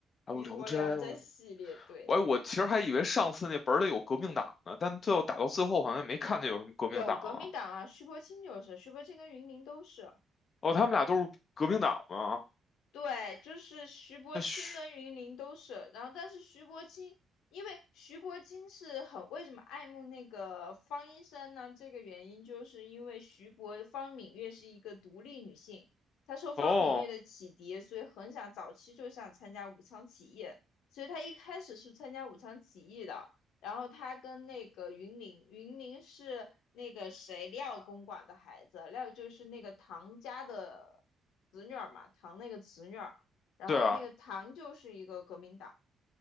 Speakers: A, on the left; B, on the left.
A: 还有《聊斋》哦，
B: 民国聊斋系列，对，
A: 我我其实还以为上次那本儿里有革命党呢，但最后打到最后好像也没看见有什么革命党啊。
B: 有革命党啊，徐伯清就是，徐伯清跟云林都是。
A: 哦，他们俩都是革命党吗？
B: 对，就是徐伯钦跟云林都是，
A: 那徐
B: 然后但是徐伯钦，因为徐伯钦是很为什么爱慕那个方医生呢？这个原因就是因为徐伯方敏月是一个独立女性，她受方敏月的启迪，
A: 哦，
B: 所以很想早期就想参加武昌起义，所以她一开始是参加武昌起义的，然后他跟那个云林，云林是那个谁廖公馆的孩子，廖就是那个唐家的侄女儿嘛，唐那个侄女儿，然后那个唐就是一个革命党，
A: 对啊，